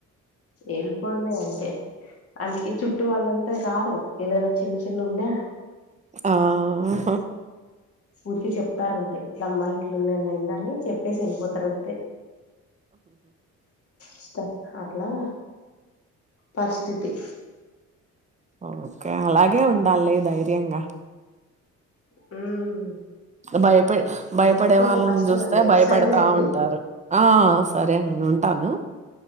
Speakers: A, on the left (about 50°); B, on the right (about 25°).
A: ఏళిపోల్లే అంతే అందుకే చుట్టూ వాళ్లంతా రారు ఏదైనా చిన్న చి నిన్నున్నా
B: ఆ ఆహా
A: ఊరికే చెప్తారుంతే ఇట్ల అమ్మాయి ఇట్లుందియిందని చెప్పేసి వెళ్ళిపోతారు అంతే ఇష్టం అట్లా పరిస్థితి
B: ఓకే అలాగే ఉండాలి ధైర్యంగా
A: హ్మ్.
B: భయపె భయపడే
A: లేకపోతే
B: వాళ్ళని
A: కష్టం
B: చూస్తే
A: అండి
B: భయపడతా
A: సరేలేండి
B: ఉంటారు ఆ సరే నేను ఉంటాను.